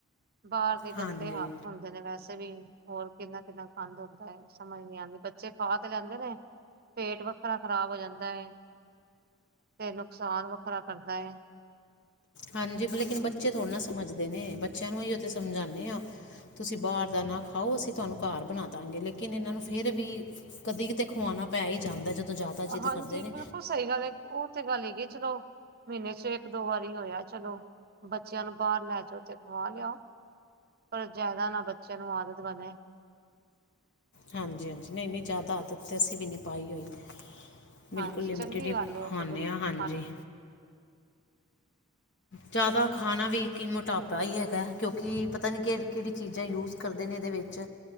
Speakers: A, on the right; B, on the left.
A: ਬਾਰ ਦੇ
B: ਹਾਂਜੀ
A: ਗੰਦੇ ਹੱਥ ਹੁੰਦੇ ਨੇ ਵੈਸੇ। ਤੇ ਵੀ ਹੋਰ ਕਿੰਨਾ- ਕਿੰਨਾ ਗੰਦ ਹੁੰਦਾ ਏ, ਸਮਝ ਨੀ ਆਂਦੀ, ਬੱਚੇ ਖਾ ਤੇ ਲੈਂਦੇ ਨੇ ਪੇਟ ਵੱਖਰਾ ਖ਼ਰਾਬ ਹੋ ਜਾਂਦਾ ਏ, ਤੇ ਨੁਕਸਾਨ ਵੱਖਰਾ ਕਰਦਾ ਏ
B: ਹਾਂਜੀ, ਲੇਕਿਨ ਬੱਚੇ ਥੋੜ੍ਹੇ ਨਾ ਸਮਝਦੇ ਨੇ, ਬੱਚੇਆਂ ਨੂੰ ਏਈਓ ਤਾ ਸਮਝਾਂਦੇ ਆਾਂ। ਤੁਸੀਂ ਬਾਰ ਦਾ ਨਾ ਖਾਓ, ਅਸੀਂ ਤਾਨੂੰ ਘਾਰ ਬਣਾਦਾਂਗੇ, ਲੇਕਿਨ ਏਨਾਂ ਨੂੰ ਫਿਰ ਵੀ ਕਦੀ- ਕਿਤੇ ਖਵਾਣਾ ਪੈ ਈ ਜਾਂਦਾ, ਜਦੋਂ ਜ਼ਿਆਦਾ ਜਿੱਦ
A: ਹਾਂਜੀ,
B: ਕਰਦੇ ਨੇ
A: ਬਿਲਕੁਲ ਸਈ ਗੱਲ ਏ, ਓ ਤੇ ਗੱਲ ਹੈਗੀ ਚਲੋ ਮਹੀਨੇ ਚ ਇੱਕ- ਦੋ ਵਾਰੀ ਹੋਏਆ, ਚਲੋ ਬੱਚੇਆਂ ਨੂੰ ਬਾਰ ਲੈ ਜਾਓ, ਤੇ ਖਵਾ ਲਿਆਓ। ਪਰ ਜ਼ਾਦਾ ਨਾ, ਬੱਚੇਆਂ ਨੂੰ ਆਦਤ ਬਣੇ।
B: ਹਾਂਜੀ-ਹਾਂਜੀ, ਨਹੀਂ- ਨਹੀਂ ਜ਼ਾਦਾ ਆਦਤ ਤਾਂ ਅਸੀਂ ਵੀ ਨਈ ਪਾਈ ਹੋਈ। ਬਿਲਕੁਲ
A: ਹਾਂਜੀ
B: ਲਿਮਟਿਡ
A: ਚੰਗੀ
B: ਹੀ
A: ਗੱਲ ਹੈ ਉਹ
B: ਖਾਂਨੇ
A: ਤੇ ਬਿਲਕੁਲ
B: ਆ, ਹਾਂਜੀ। ਜ਼ਾਦਾ ਖਾਣਾ ਵੀ ਕਿ ਮੋਟਾਪਾ ਈ ਹੈਗਾ, ਕਿਓਕਿ ਪਤਾ ਨਈ ਕੇੜੀ- ਕੇੜੀ, ਚੀਜ਼ਾਂ ਯੂਜ ਕਰਦੇ ਨੇ, ਏਦੇ ਵਿੱਚ,